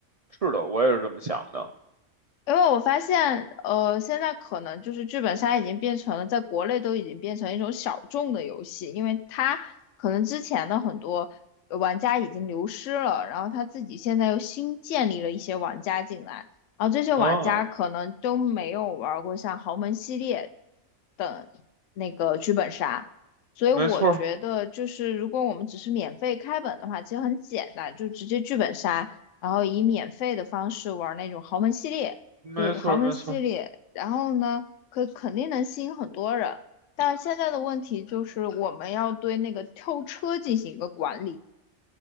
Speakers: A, on the right; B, on the left.
A: 是的，我也是这么想的。
B: 因为我发现，呃，现在可能就是剧本杀已经变成了在国内都已经变成一种小众的游戏，因为它可能之前的很多玩家已经流失了，然后他自己现在又新建立了一些玩家进来，然后这些玩家可能都没有玩过像豪门系列
A: 嗯，
B: 等那个剧本杀，所以我觉得就是如果我们只是免费开本的话，
A: 没错儿，
B: 其实很简单，就直接剧本杀。然后以免费的方式玩那种豪门系列，
A: 没错儿，
B: 就豪门系列，
A: 没错儿。
B: 然后呢，可肯定能吸引很多人。但现在的问题就是我们要对那个跳车进行一个管理。